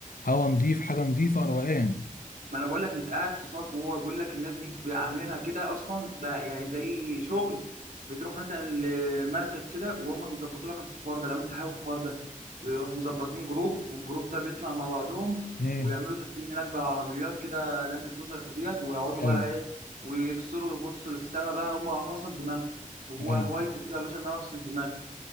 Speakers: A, on the left (about 85°); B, on the right (about 75°).
A: هوا نضيف حاجه نضيفه روقان
B: ما انا بقول لك انت قاعد في سلطه هو بيقول لك الناس دي عاملينها كده اصلا بقى يعني زي شغل بتروح مثلا لمركز كده وهم بيظبطوا لك الحوار ده لو انت هاوي الحوار ده يروحوا مظبطين جروب والجروب ده بيطلع مع بعضهم
A: مم.
B: ويعملوا تخييم هناك بالعربيات كده لاند كروزر ديت ويقعدوا
A: ايوه
B: بقى ايه ويفصلوا يبصوا للسما بقى هم فصل دماغهم هو
A: ايوه
B: هوايته كده يا باشا ان انا افصل دماغي